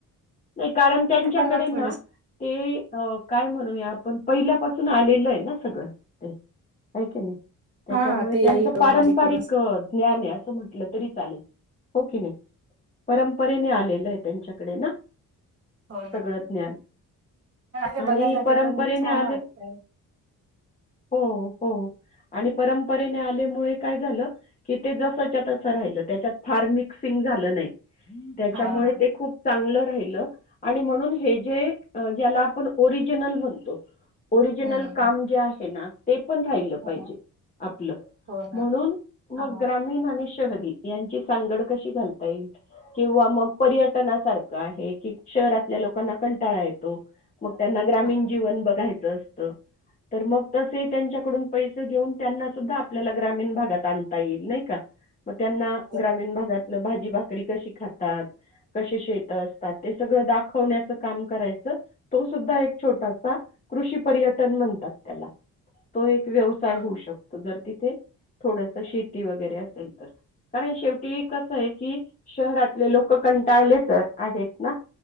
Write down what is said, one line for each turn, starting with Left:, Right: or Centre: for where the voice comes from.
Left: नाही कारण त्यांच्याकडे
Right: तर त्यांना
Left: ना
Right: थोडस
Left: ते अ काय म्हणूया आपण पहिल्यापासून आलेल आहे ना. सगळं ते होय कि नाही. त्याच्यामुळे
Right: हा ते
Left: त्यांच
Right: आईकडून
Left: पारंपरिक
Right: आजीकडून
Left: ज्ञान आहे असं म्हटलं तरी चालेल हो की नाही. परंपरेने आलेलं आहे त्यांच्याकडे ना
Right: हो ना
Left: सगळं ज्ञान,
Right: ते
Left: आणि
Right: बघायला
Left: परंपरेने
Right: ते पण छान
Left: आले
Right: वाटतय
Left: हो. हो आणि परंपरेने आल्यामुळे काय झालं. की ते जसच्या तसं राहिलं त्याच्यात फार मिक्सिंग झालं नाही. त्याच्यामुळे
Right: हा
Left: ते खूप चांगलं राहिलं, आणि म्हणून हे जे ज्याला आपण ओरिजनल म्हणतो. ओरिजिनल
Right: हम्म
Left: काम जे आहे ना. ते पण राहिलं पाहिजे
Right: हम्म
Left: आपलं
Right: हो ना
Left: म्हणून मग
Right: हा
Left: ग्रामीण आणि शहरी यांची सांगड कशी घालता येईल. किंवा मग पर्यटनासारखं आहे कि शहरातल्या लोकांना कंटाळा येतो. मग त्यांना ग्रामीण
Right: हा
Left: जीवन बघायचं असतं. तर मग तसे त्यांच्याकडून पैसे घेऊन त्यांना सुद्धा आपल्याला ग्रामीण भागात आणता येईल नाही का मग त्यांना
Right: हो
Left: ग्रामीण
Right: ना
Left: भागातलं भाजी भा करी कशी खातात. शेत असतात ते सगळं दा खवण्याच काम करायच, तो सुद्धा एक छोटासा कृषी पर्यटन म्हणतात त्याला. तो एक व्यवसाय
Right: हा
Left: होऊ शकतो जर ती थे थोडस शेती वगैरे असेल तर, कारण शेवटी कस आहे की. शहरातले लोक कंटाळलेच ह आहेत ना.